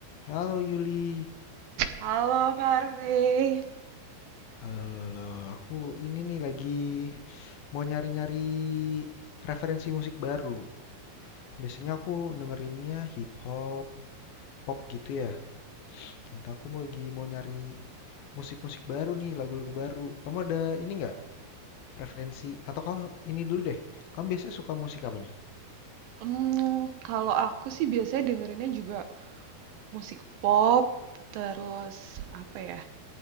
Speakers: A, on the left (about 70°); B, on the right (about 70°).
A: Halo Yuli.
B: Halo Kak Rey.
A: Halo, halo, halo. Aku ini nih lagi mau nyari-nyari referensi musik baru. Biasanya aku dengerinnya hip hop, pop gitu ya. Entah aku mau lagi mau nyari musik-musik baru nih, lagu-lagu baru. Kamu ada ini nggak referensi? Atau kau ini dulu deh. Kamu biasanya suka musik apa nih?
B: Hmm, kalau aku sih biasanya dengerinnya juga musik pop, terus apa ya,